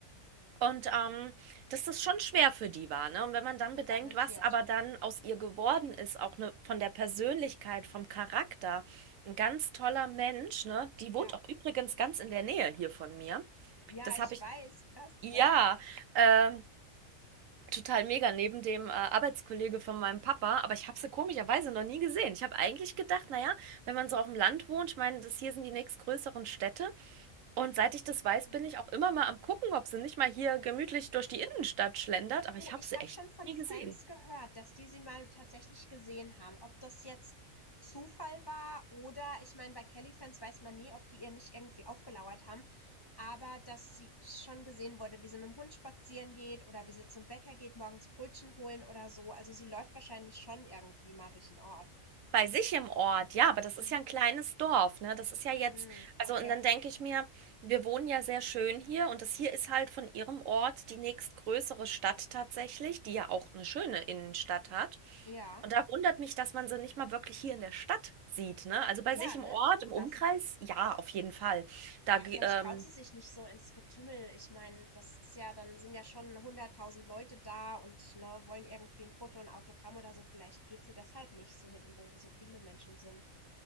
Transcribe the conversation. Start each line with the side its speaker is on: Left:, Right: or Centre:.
Right: Und ähm, dass das schon schwer für die war, ne? Und wenn man dann bedenkt,
Left: garantiert.
Right: was aber dann aus ihr geworden ist, auch ne, von der Persönlichkeit, vom Charakter, ein ganz toller Mensch, ne? Die
Left: Ja.
Right: wohnt auch übrigens ganz in der Nähe hier von mir.
Left: Ja,
Right: Das
Left: ich
Right: habe ich,
Left: weiß, krass,
Right: ja,
Left: ne?
Right: ähm, total mega neben dem äh, Arbeitskollege von meinem Papa, aber ich habe sie komischerweise noch nie gesehen. Ich habe eigentlich gedacht, naja, wenn man so auf dem Land wohnt, ich meine, das hier sind die nächstgrößeren Städte. Und seit ich das weiß,
Left: Mhm.
Right: bin ich auch immer mal am gucken, ob sie nicht mal hier gemütlich durch die Innenstadt schlendert, aber
Left: Du,
Right: ich habe
Left: ich
Right: sie
Left: habe
Right: echt
Left: schon von
Right: nie
Left: Fans
Right: gesehen.
Left: gehört, dass die sie mal tatsächlich gesehen haben. Ob das jetzt Zufall war oder, ich meine, bei Kelly-Fans weiß man nie, ob die ihr nicht irgendwie aufgelauert haben, aber dass sie schon gesehen wurde, wie sie mit dem Hund spazieren geht oder wie sie zum Bäcker geht, morgens Brötchen holen oder so. Also sie läuft wahrscheinlich schon irgendwie mal durch den Ort.
Right: Bei sich im Ort, ja, aber das
Left: Mhm.
Right: ist ja ein kleines Dorf, ne? Das ist ja jetzt,
Left: Mm,
Right: also
Left: okay.
Right: und dann denke ich mir, wir wohnen ja sehr schön hier und das hier ist halt von ihrem Ort die nächstgrößere Stadt tatsächlich, die ja auch eine schöne Innenstadt hat.
Left: Ja.
Right: Und da wundert mich, dass man sie nicht mal wirklich hier in der Stadt sieht, ne? Also bei
Left: Ja,
Right: sich im
Left: ne?
Right: Ort,
Left: Schon
Right: im
Left: krass.
Right: Umkreis, ja, auf jeden Fall. Da,
Left: Ja, vielleicht
Right: ähm,
Left: traut sie sich nicht so ins Getümmel. Ich meine, das ist ja, dann sind ja schon hunderttausend Leute da und ne, wollen irgendwie ein Foto, ein Autogramm oder so. Vielleicht geht sie deshalb nicht so hinten, wo so viele Menschen sind.